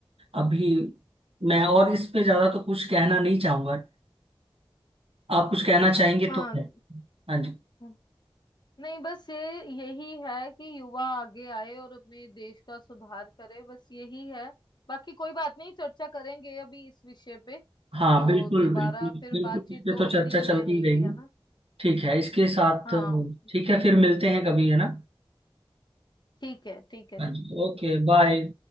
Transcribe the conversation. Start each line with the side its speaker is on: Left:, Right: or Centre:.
Right: अभी मैं और इस पे ज्यादा तो कुछ कहना नहीं चाहूंगा आप कुछ कहना चाहेंगे
Left: हाँ
Right: तो है हाँ जी
Left: हम्म। नहीं बस ये यही है कि युवा आगे आए और अपने देश का सुधार करे बस यही है बाकी कोई बात नहीं चर्चा करेंगे अभी इस विषय पे
Right: हाँ
Left: तो
Right: बिल्कुल
Left: दोबारा
Right: बिल्कुल
Left: फिर
Right: बिल्कुल
Left: बातचीत
Right: इस पे
Left: तो
Right: तो
Left: होती
Right: चर्चा चलती
Left: ही रहेगी
Right: ही रहेगी
Left: है ना
Right: ठीक है इसके साथ
Left: हाँ
Right: ठीक है फिर मिलते हैं कभी है ना
Left: ठीक है ठीक है
Right: हाँ जी ओके बाय